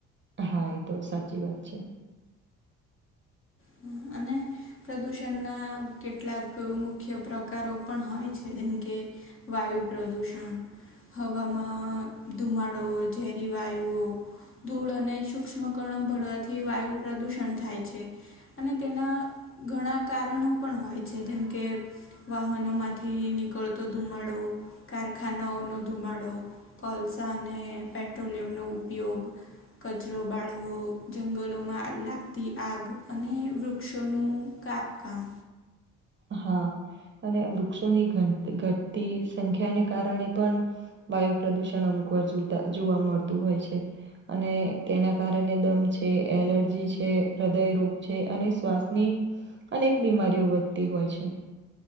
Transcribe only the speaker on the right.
હા એ તો સાચી વાત છે.
હા અને વૃક્ષોની ઘટતી સંખ્યાને કારણે પણ વાયુ પ્રદુષણ અમુક વાર જોવા મળતું હોય છે અને તેના કારણે દમ છે, એલર્જી છે, હૃદયરોગ છે, અને શ્વાસની અનેક બીમારીઓ વધતી હોય છે.